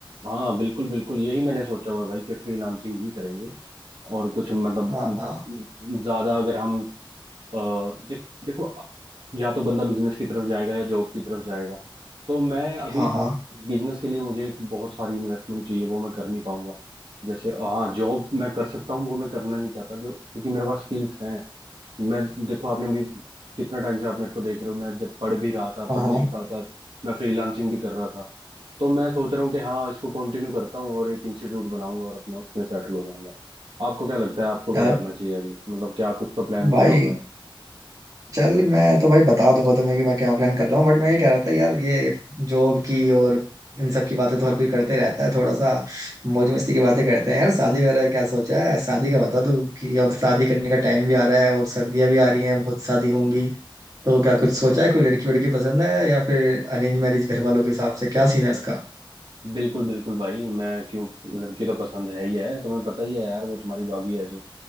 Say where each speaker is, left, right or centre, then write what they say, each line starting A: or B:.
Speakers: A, on the right; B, on the right.
A: हाँ बिल्कुल बिल्कुल यही मैंने सोचा हुआ है भाई कि फ्रीलांसिंग ही करेंगे और कुछ मतलब
B: हाँ
A: म,
B: हाँ
A: ज्यादा अगर हम अ, देख देखो या तो बंदा बिजनेस की तरफ जाएगा या जॉब की तरफ जाएगा तो मैं अभी
B: हाँ हाँ
A: बिजनेस के लिए मुझे एक बहुत सारी इन्वेस्टमेंट चाहिए वो मैं कर नहीं पाऊंगा जैसे हाँ जॉब मैं कर सकता हूँ वो मैं करना नहीं चाहता जो क्योंकि मेरे पास स्किल्स हैं मैं देखो आपने भी कितना टाइम से आप मेरे को देख रहे हो मैं जब पढ़ भी रहा था
B: हाँ
A: पढ़ने
B: हाँ
A: के साथ साथ मैं फ्रीलांसिंग भी कर रहा था तो मैं सोच रहा हूँ कि हाँ इसको कंटिन्यू करता हूँ और एक इंस्टीट्यूट बनाऊंगा और अपना उसमें सेटल हो जाऊंगा आपको क्या लगता है आपको क्या
B: यार
A: करना चाहिए अभी मतलब क्या कुछ तो प्लान
B: भाई
A: किया होगा है
B: चल मैं तो भाई बता दूंगा तुम्हें कि मैं क्या प्लान कर रहा हूँ बट मैं ये कह रहा था यार ये जॉब की और इन सब की बातें तो हर कोई करते रहता है थोड़ा सा मौज मस्ती की बातें करते हैं यार शादी वगैरह क्या सोचा है शादी का बता तू कि अब शादी करने का टाइम भी आ रहा है और सर्दियां भी आ रही हैं बहुत शादी होंगी तो क्या कुछ सोचा है कोई लड़की वड़की पसंद है या फिर अरेंज मैरिज घर वालों के हिसाब से क्या सीन है उसका
A: बिल्कुल बिल्कुल भाई मैं क्यों लड़की तो पसंद है ही है तुम्हें पता ही है यार वो तुम्हारी भाभी है जो